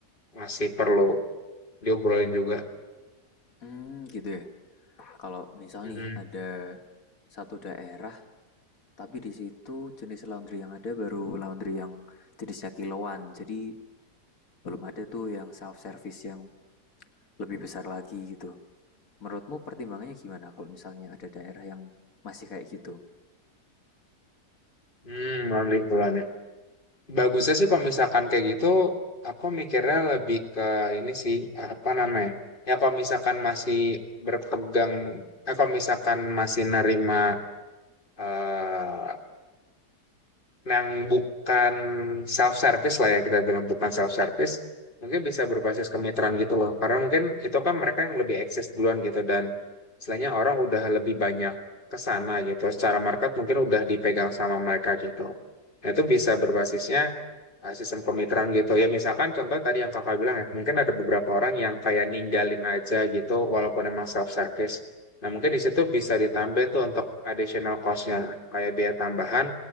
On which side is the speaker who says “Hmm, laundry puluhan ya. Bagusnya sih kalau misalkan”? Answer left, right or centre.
Left